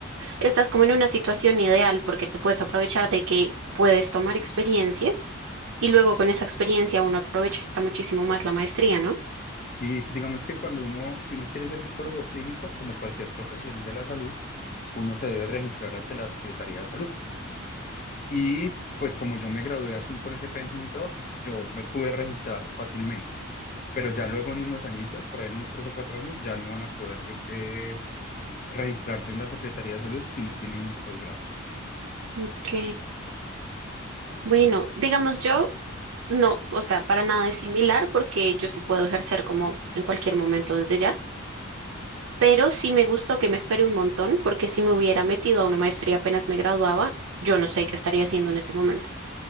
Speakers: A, on the right; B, on the left.
A: Estás como en una situación ideal porque te puedes aprovechar de que puedes tomar experiencia y luego con esa experiencia uno aprovecha muchísimo más la maestría, ¿no?
B: Sí, digamos que cuando uno, si uno quiere ser psicólogo clínico, como cualquier profesión de la salud, uno se debe registrar ante la Secretaría de Salud. Y pues como yo me gradué así con ese pensum y todo, yo me pude registrar fácilmente. Pero ya luego en unos añitos, por ahí en unos tres o cuatro años, ya no van a poder eh, registrarse en la Secretaría de Salud si no tienen posgrado.
A: Ok, bueno, digamos yo, no, o sea, para nada es similar porque yo sí puedo ejercer como en cualquier momento desde ya, pero sí me gustó que me espere un montón porque si me hubiera metido a una maestría apenas me graduaba, yo no sé qué estaría haciendo en este momento.